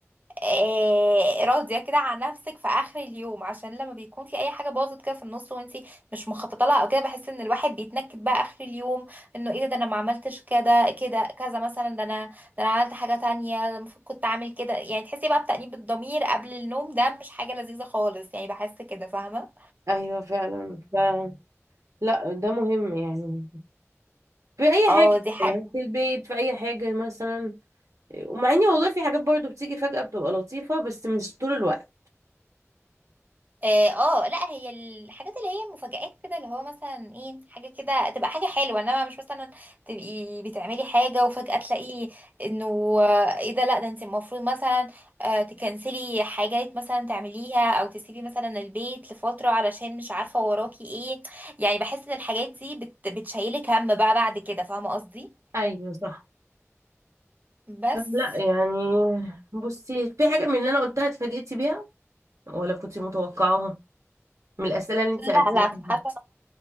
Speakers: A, on the right (about 35°); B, on the right (about 85°).
A: آه، راضيه كده عن نفسك في اخر اليوم عشان لما بيكون في اي حاجه باظت كده في النص وانتي مش مخططه لها او كده بحس ان الواحد بيتنكد بقى اخر اليوم انه ايه ده ده انا ما عملتش كده كده كذا مثلا ده انا ده انا عملت حاجه تانية ده المفروض كنت اعمل كده يعني تحسي بقى بتأنيب الضمير قبل النوم ده مش حاجه لذيذه خالص يعني بحس كده فاهمه
B: ايوه فعلا ف لا ده مهم يعني في اي
A: اه
B: حاجه
A: دي حاجه
B: يعني في البيت في اي حاجه مثلا ومع اني والله في حاجات برضو بتيجي فجاه بتبقى لطيفه بس مش طول الوقت
A: اه آه، لا هي الحاجات اللي هي المفاجآت كده اللي هو مثلا ايه حاجة كده تبقى حاجة حلوة انما مش مثلا تبقي بتعملي حاجة وفجأة تلاقي انه آه، ايه ده لا ده انت المفروض مثلا آه، تكنسلي حاجات مثلا تعمليها او تسيبي مثلا البيت لفترة علشان مش عارفة وراكي ايه يعني بحس ان الحاجات دي بت بتشيلك هم بقى بعد كده فاهمة قصدي
B: ايوه صح
A: بس
B: لا يعني بصي في حاجه من اللي انا قلتها اتفاجئتي بيها ولا كنت متوقعاها من الاسئله اللي انت
A: لا
B: سالتيها
A: لا كنت
B: دي؟
A: حاسة